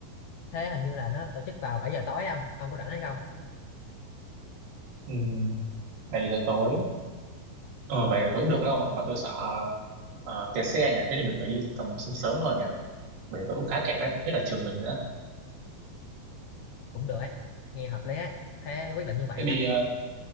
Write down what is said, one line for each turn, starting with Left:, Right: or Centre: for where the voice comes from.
Left: thế hình như là nó tổ chức vào 7 giờ tối không ông Ông có rảnh hay không
Right: ừ, 7 giờ tối ờ 7 giờ tối được đấy ông ạ mà tôi sợ ờ, kẹt xe nhỉ thế thì mình phải đi tầm sớm sớm hơn nhỉ 7 giờ tối cũng khá kẹt đấy nhất là trường mình nữa
Left: cũng được ấy nghe hợp lý ấy thế quyết định như vậy
Right: thế đi
Left: nhá
Right: ờ,